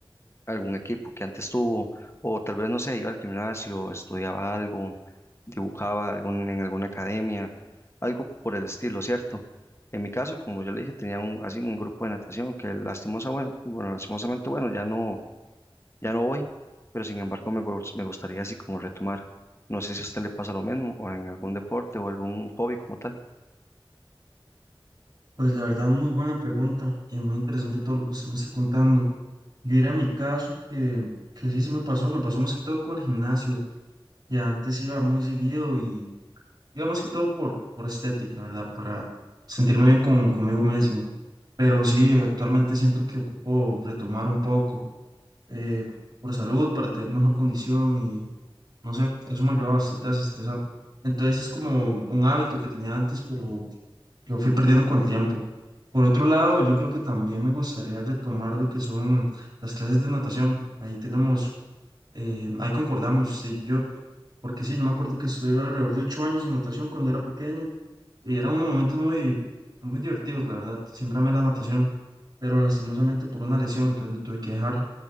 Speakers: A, on the left; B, on the right.
A: algún equipo que antes tuvo, o tal vez, no sé, iba al gimnasio, estudiaba algo, dibujaba algún, en alguna academia, algo por el estilo, ¿cierto? En mi caso, como yo le dije, tenía un, así un grupo de natación que lastimosa, bueno, bueno, lastimosamente, bueno, ya no, ya no voy, pero sin embargo me, gus- me gustaría así como retomar. No sé si a usted le pasa lo mismo, o en algún deporte o algún hobby como tal.
B: Pues la verdad, muy buena pregunta y muy interesante todo lo que usted me está contando. Yo era mi caso que, que sí se me pasó, me pasó más que todo con el gimnasio. Y antes iba muy seguido y iba más que todo por, por estética, ¿verdad? Para sentirme bien con, conmigo mismo Pero sí, actualmente siento que ocupo retomar un poco eh, por salud, para tener mejor condición y no sé, eso me ayuda bastante a desestresar. Entonces es como un hábito que tenía antes, pero lo fui perdiendo con el tiempo. Por otro lado, yo creo que también me gustaría retomar lo que son las clases de natación. Ahí tenemos, eh, ahí concordamos, sí, yo, porque sí, yo me acuerdo que estuve alrededor de ocho años en natación cuando era pequeño y eran unos momentos muy, muy divertidos, la verdad. Siempre amé la natación, pero lastimosamente por una lesión, entonces lo tuve que dejar.